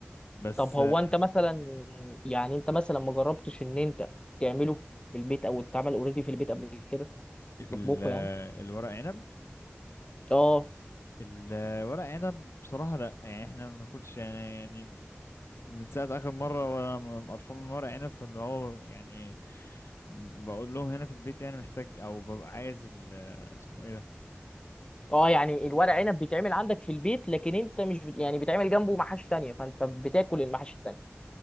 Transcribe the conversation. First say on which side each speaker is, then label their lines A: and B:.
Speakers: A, on the left (about 80°); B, on the left (about 20°).
A: بس
B: طب هو
A: آه،
B: انت مثلا يعني انت مثلا ما جربتش ان انت تعمله في البيت او اتعمل اوريدي في البيت قبل كده
A: ال-
B: تطبخه
A: آه،
B: يعني
A: الورق عنب
B: اه
A: الورق عنب بصراحة لا يعني احنا ما بناكلش يعني يعني من ساعة آخر مرة وأنا قرفان من ورق عنب فاللي هو يعني بقول لهم هنا في البيت يعني محتاج أو ببقى عايز ال- آه، اسمه ايه ده
B: اه يعني الورق عنب بيتعمل عندك في البيت لكن انت مش بت... يعني بيتعمل جنبه محاشي تانية فانت بتاكل المحاشي التانية